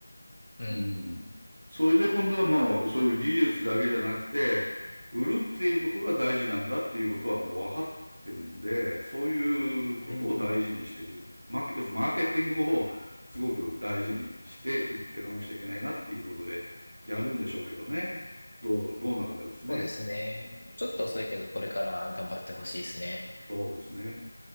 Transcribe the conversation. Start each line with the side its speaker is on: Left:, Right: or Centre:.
Left: うん。
Right: うん。それで今度はもうそういう技術だけじゃなくて、売るっていうことが大事なんだっていうことはもう分かってるんで、そういうことを大事にしてる。
Left: うんうん。
Right: マーケ、要するにマーケティングをすごく大事にして売っていかなくちゃいけないなっていうことでやるんでしょうけどね。どう、どうなるかですね。
Left: そうですね。
Right: うん、
Left: ちょっと遅いけど、これから頑張ってほしいですね。
Right: そうですね。